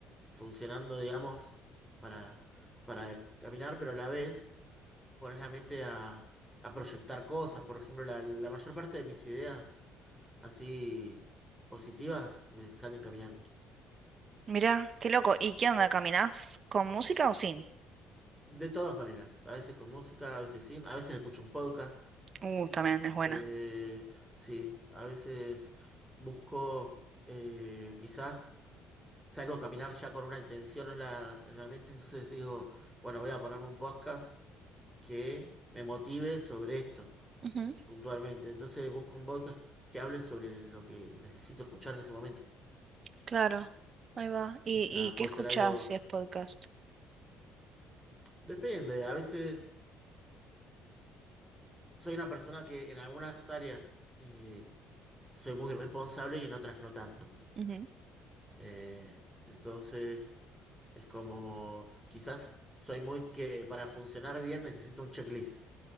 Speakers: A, in the centre; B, on the right.
A: funcionando, digamos, para, para e-, caminar, pero a la vez pones la mente a, a proyectar cosas. Por ejemplo, la, la mayor parte de mis ideas así positivas me salen caminando.
B: Mira, qué loco. ¿Y qué onda? ¿Caminás con música o sin?
A: De todas maneras, a veces con música, a veces sin, a veces escucho un podcast.
B: Uh, también es buena.
A: Eh, sí, a veces busco, eh, quizás salgo a caminar ya con una intención en la, en la mente, entonces digo, bueno, voy a ponerme un podcast que me motive sobre esto,
B: Ujú,
A: puntualmente. Entonces busco un podcast que hable sobre lo que necesito escuchar en ese momento.
B: claro, ahí va. ¿Y,
A: O sea,
B: y qué
A: puede
B: escuchás
A: ser algo,
B: si es podcast?
A: depende, a veces soy una persona que en algunas áreas eh, soy muy responsable y en otras no tanto.
B: Ujú.
A: Eh, entonces... Es como, quizás soy muy que para funcionar bien necesito un checklist.